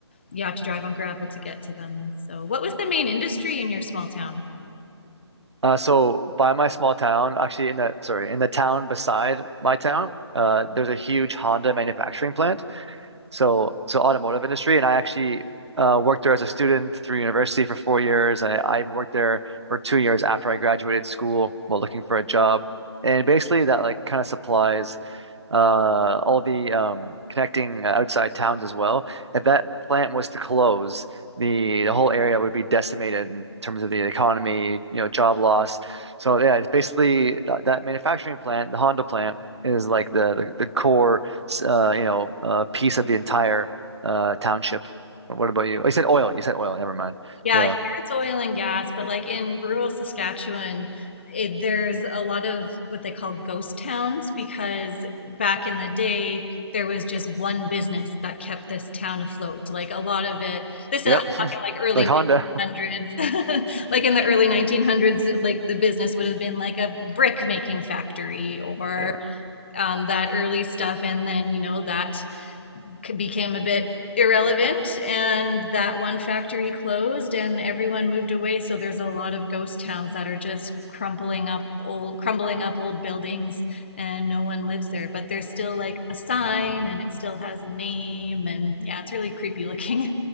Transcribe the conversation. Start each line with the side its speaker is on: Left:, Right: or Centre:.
Left: you have to drive on gravel to get to them so what was the main industry in your small town
Right: Uh, so by my small town, actually in the sorry, in the town beside my town, uh, there's a huge Honda manufacturing plant. So so automotive industry, and I actually uh, worked there as a student through university for four years. I, I worked there for two years after I graduated school while looking for a job. And basically that like kind of supplies uh, all the um, connecting uh, outside towns as well. If that plant was to close, the, the whole area would be decimated in terms of the economy, you know, job loss. So yeah, it's basically that, that manufacturing plant, the Honda plant, is like the the, the core, uh, you know, uh, piece of the entire uh, township. What about you? Oh, you said oil. You said oil. Never mind.
Left: Yeah,
Right: Yeah.
Left: here it's oil and gas, but like in rural Saskatchewan, it, there's a lot of what they call ghost towns because back in the day, there was just one business that kept this town afloat. Like a lot of it, this
Right: Yep.
Left: is, I'm talking
Right: <laughs>
Left: like early
Right: Like Honda.
Left: 1900s. <laughs> Like in the early 1900s, like the business would have been like a brick making factory or
Right: <laughs>
Left: um, that early stuff. And then, you know, that became a bit irrelevant and that one factory closed and everyone moved away so there's a lot of ghost towns that are just crumbling up old crumbling up old buildings and no one lives there but there's still like a sign and it still has a name and yeah it's really creepy looking